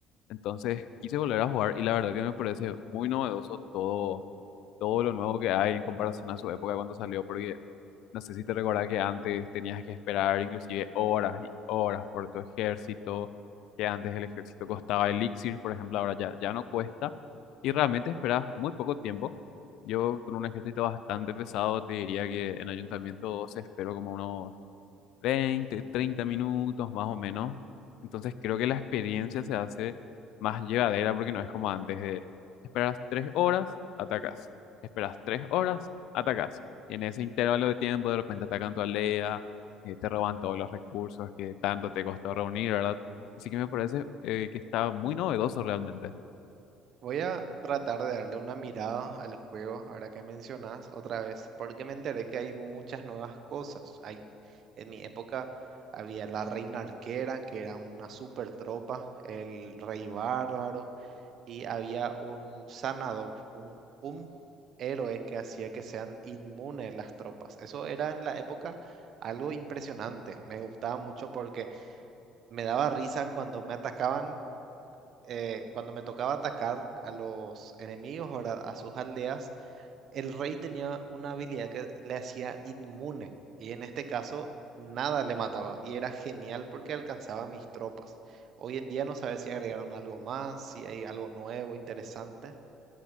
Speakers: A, on the left; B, on the right.
A: entonces quise volver a jugar y la verdad que me parece muy novedoso todo todo lo nuevo que hay en comparación a su época cuando salió, porque no sé si te recordás que antes tenías que esperar inclusive horas y horas por tu ejército, que antes el ejército costaba elixir, por ejemplo, ahora ya, ya no cuesta, y realmente esperas muy poco tiempo. Yo con un ejército bastante pesado te diría que en Ayuntamiento 2 espero como unos 20, 30 minutos más o menos. Entonces creo que la experiencia se hace más llevadera porque no es como antes de esperas 3 horas, atacas. Esperas 3 horas, atacas. Y en ese intervalo de tiempo de repente atacan tu aldea, eh, te roban todos los recursos que tanto te costó reunir, ¿verdad? Así que me parece eh, que está muy novedoso realmente.
B: Voy a tratar de darle una mirada al juego, ahora que mencionas otra vez, porque me enteré que hay muchas nuevas cosas. Hay, en mi época había la reina arquera, que era una super tropa, el rey bárbaro, y había un sanador, un, un héroe que hacía que sean inmunes las tropas. Eso era en la época algo impresionante. Me gustaba mucho porque me daba risa cuando me atacaban eh, cuando me tocaba atacar a los enemigos, ¿verdad? A sus aldeas, el rey tenía una habilidad que le hacía inmune. Y en este caso, nada le mataba. Y era genial porque alcanzaba a mis tropas. Hoy en día no sabes si agregaron algo más, si hay algo nuevo, interesante.